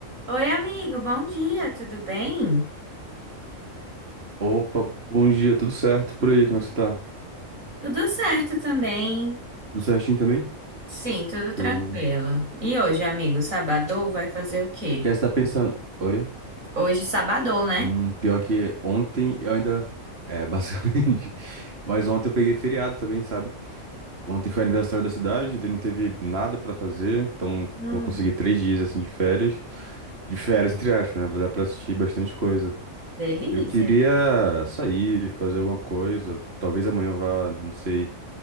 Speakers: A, on the right (about 85°); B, on the right (about 50°).
A: Oi, amigo, bom dia, tudo bem?
B: Opa, bom dia, tudo certo por aí? Como é que você tá?
A: Tudo certo também.
B: Tudo certinho também?
A: Sim, tudo tranquilo.
B: Show.
A: E hoje, amigo, sabadou vai fazer o quê?
B: Quer estar pensando? Oi?
A: Hoje, sabadou, né?
B: Hum, pior que ontem eu ainda. É, <laughs> basicamente. Mas ontem eu peguei feriado também, sabe? Ontem foi aniversário da cidade, daí não teve nada pra fazer, então
A: Hum,
B: vou conseguir três dias assim de férias. De férias, entre aspas, né? Vai dar pra assistir bastante coisa.
A: delícia.
B: Eu queria sair, fazer alguma coisa. Talvez amanhã eu vá, não sei.